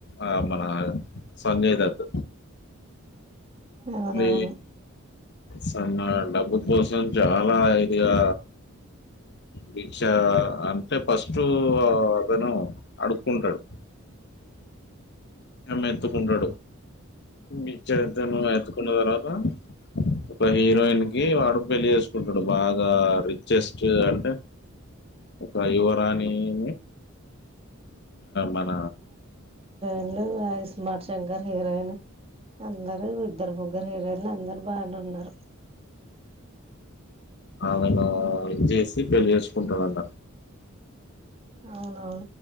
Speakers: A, on the left (about 55°); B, on the right (about 30°).
A: ఆ మన సంజయ్ దత్త
B: అవునవును
A: మీ సన్న డబ్బు కోసం చాలా ఇదిగా దిక్ష అంటే ఫస్ట్ అతను అడుక్కుంటడు అమ్మె ఎత్తుకుంటాడు ని చేద్దను తర్వాత ఒక హీరోయిన్ కి వాడు పెళ్లి చేసుకుంటడు బాగా రిచ్చెస్ చ్చె అంటే ఒక యువరాణిని మన
B: ఉండాయిగా ఇస్మాార్ శంకర్ హీరోయిన్ అందరు ఇద్దరు ముగ్గురు హీరోయిన్లు అందరు బానే ఉన్నారు
A: అవును ఇది చేసి పెళ్ళి చేసుకుంటదంట
B: అవునవును